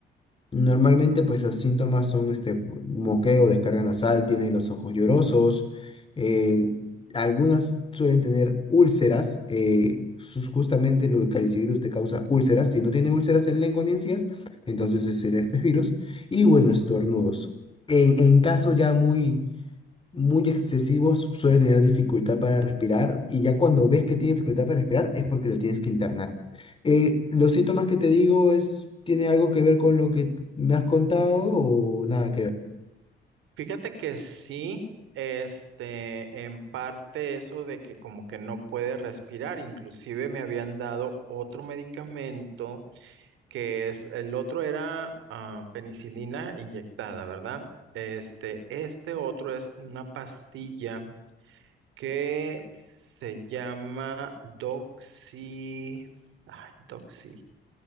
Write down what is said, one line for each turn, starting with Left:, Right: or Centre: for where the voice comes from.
Left: Normalmente, pues los síntomas son este moqueo, descarga nasal, tienen los ojos llorosos, eh, algunas suelen tener úlceras, eh, sus- justamente lo- el calicivirus te causa úlceras, si no tiene úlceras en lengua ni encías, entonces es el herpes virus, y bueno, estornudos. En, en caso ya muy muy excesivos, suele tener dificultad para respirar y ya cuando ves que tiene dificultad para respirar es porque lo tienes que internar. Eh, los síntomas que te digo es, ¿tiene algo que ver con lo que me has contado o nada que ver?
Right: Fíjate que sí, este, en parte eso de que como que no puede respirar, inclusive me habían dado otro medicamento que es, el otro era ah, penicilina inyectada, ¿verdad? Este, este otro es una pastilla que se llama Doxy. Ay, Doxy.